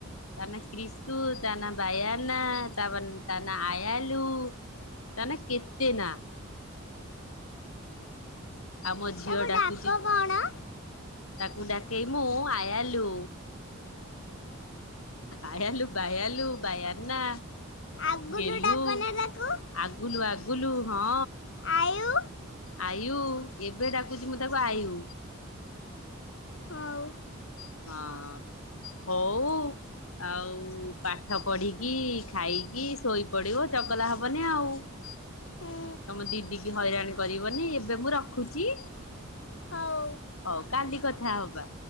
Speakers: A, on the left (about 85°); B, on the left (about 60°).
A: ତା ନା କ୍ରିସ୍ତୁ ତା ନା ବାୟାନା ତାପ ତା ନା ଆୟାଲୁ ତା ନା କେତେ ନା ଆଉ ମୋ ଝିଅ
B: ତାକୁ
A: ଡାକୁଛି
B: ଡାକ କଣ
A: ତାକୁ ଡାକେଇ ମୁଁ ଆୟାଲୁ ଆୟଲୁ ବାଇଆଲୁ ବାୟାନା
B: ଆଗୁଲୁ
A: ଗେଲ୍ଲୁ
B: ଡାକ ନା ତାକୁ
A: ଆଗୁଲୁ ଆଗୁଲୁ ହଁ
B: ଆୟୁ
A: ଆୟୁ ଏବେ ଡାକୁଛି ମୁଁ ତାକୁ ଆୟୁ।
B: ହୋଉ।
A: ହଁ ହଁ ହୋଉ। ଆଉ ପାଠ ପଢିକି ଖାଇକି ଶୋଇପଡିବ ଚଗଲା ହବନି ଆଉ। ତମ
B: ହୁଁ
A: ଦିଦି କି ହଇରାଣ କରିବନି ଏବେ ମୁଁ ରଖୁଛି?
B: ହଉ
A: ହଉ କାଲି କଥା ହବା।